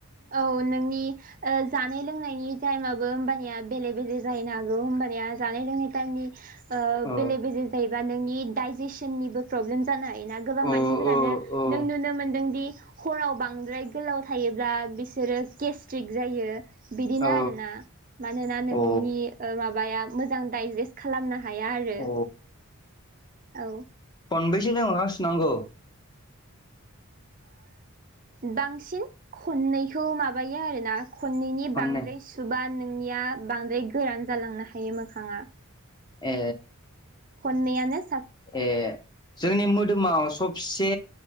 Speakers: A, on the right; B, on the left.
A: औ नोंनि ओ जानाय लोंनायनि टाइमाबो ओबाद या बेले बेजे जाहैनो हागौ होमबानिया जानाय लोंनाय टायेमनि ओ
B: औ
A: बेले बेजे जायो बा नोंनि दडाइजेसननिबो प्रब्लेम जानो हायोना गोबां
B: औ
A: मानसिफोरानो
B: औ
A: नों नुनो मोनदों दि हराव बांद्राय गोलाव थायोब्ला बिसोरो गेस्ट्रिक जायो। बिदिनो
B: औ
A: आरोना मानोना नोंनि
B: औ
A: ओ माबाया मोजां डाइजेस्ट खालामना हाया आरो
B: अ
A: औ।
B: खनबेसे टाइम मोखां सुनांगौ?
A: बांसिन खननैखौ माबायो आरोना खननैनि
B: खननै
A: बांद्राय सुबा नोंनिया बांद्राय गोरान जालांनो हायो मोखाङा।
B: ए
A: खनैयानो
B: ए जोंनि मोदोमाव सबसे